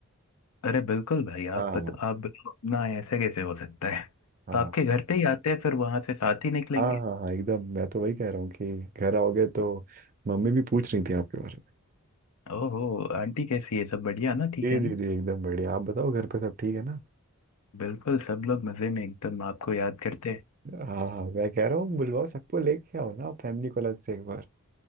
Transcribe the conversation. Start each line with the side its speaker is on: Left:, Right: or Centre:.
Left: अरे बिल्कुल भाई
Right: हाँ
Left: आप बत, आप बिल्कुल ना ऐसे कैसे हो सकता है
Right: हाँ
Left: तो आपके घर पे ही आते हैं फिर वहां से साथ ही निकलेंगे
Right: हाँ हाँ हाँ एकदम मैं तो वही कह रहा हूँ कि घर आओगे तो मम्मी भी पूछ रही थी आपके बारे में
Left: ओहो आंटी कैसी है सब बढ़िया ना ठीक
Right: जी
Left: है ना
Right: जी जी एकदम बढ़िया आप बताओ घर पे सब ठीक है ना
Left: बिल्कुल सब लोग मजे में एकदम आपको याद करते हैं
Right: हाँ हाँ मैं कह रहा हूँ बुलवाओ सबको लेके आओ ना फैमिली को अलग से एक बार